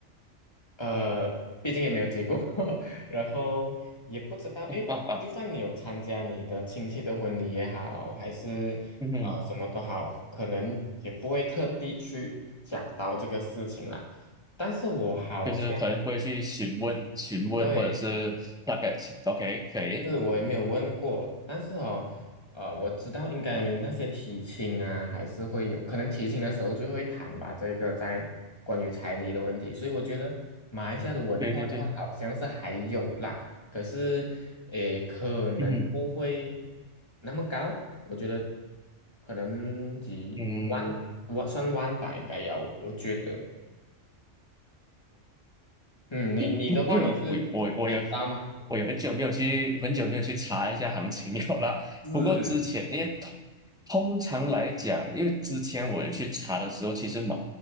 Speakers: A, on the left (about 20°); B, in the centre.
A: 呃，毕竟也没有结过婚，<laughs> 然后也不知道，因为就算你有参加你的亲戚的婚礼也好，
B: 啊啊，
A: 还是呃什么都好，
B: 嗯哼，
A: 可能也不会特地去讲到这个事情啦。但是我好像嗯
B: 就是可能不会去询问询问，
A: 对，
B: 或者是大概 OK 可以，
A: 是我也没有问过，但是哦，呃，我知道应该那些提亲啊，还是会有，可能提亲的时候就会谈吧，这个在关于彩礼的问题，所以我觉得马来西亚的文化的话，
B: 对对对，
A: 好像是还有啦，可是，诶，可能不会
B: 嗯哼，
A: 那么高，我觉得可能几万，
B: 嗯，
A: 万算万吧，应该要，我觉得，嗯，你你的话，
B: 因如因为我我我有
A: 你是你知道吗？
B: 我有很久没有去很久没有去查一下行情有啦。
A: 是，
B: 不过之前因为通通常来讲，因为之前我有去查的时候，其实马